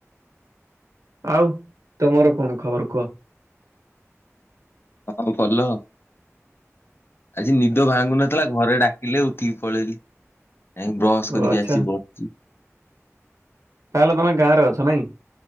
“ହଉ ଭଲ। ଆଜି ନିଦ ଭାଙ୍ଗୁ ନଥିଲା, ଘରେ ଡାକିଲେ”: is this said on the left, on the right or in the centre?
Left